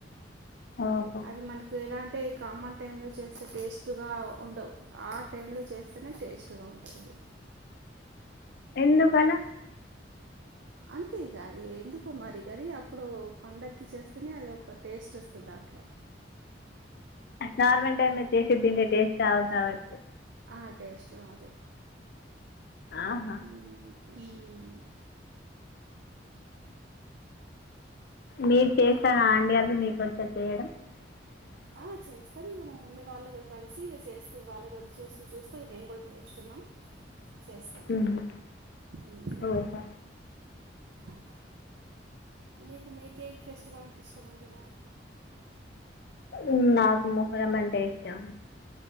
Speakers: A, on the left (about 60°); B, on the right (about 75°).
A: ఓహో
B: అవి మనకి ఎలాంటి అంటే కామన్ టై లో చేస్తే టేస్ట్గా ఉండవు ఆ టైమ్ లో చేస్తే నే టేస్ట్గా ఉంటుంది
A: ఎందుకల అవు
B: అంతే ఇక అది ఎందుకు మరి కానీ అప్పుడు పండక్కి చేస్తేనే అది ఒక టేస్ట్ వస్తుంది దాంట్లో
A: నార్మల్ టైమ్
B: ఉమ్,
A: చేసి తింటే టేస్ట్ రాదు కాబట్టి
B: ఆ టేస్ట్ రాదు
A: ఆహా
B: మ్మ్ మ్మ్
A: మీరు చేస్తార
B: అలా
A: అండి అవి మీకు వచ్చా చెయడం అ
B: ఆ, చేస్తాం ఇక మా మమ్మీ వాళ్ళ కలిసి ఇక చేస్తూ వాళ్ళ చూస్తూ చూస్తూ మేము కూడా నేర్చుకున్నాం చేస్తాం
A: ఉహు
B: ఉమ్.
A: ఓహో
B: అలా మీకు మేక్ ఫెస్టివల్ అంటే ఇష్టమ అండి మరి
A: ఉహ్ నాకు మొహరం అంటే ఇష్టం.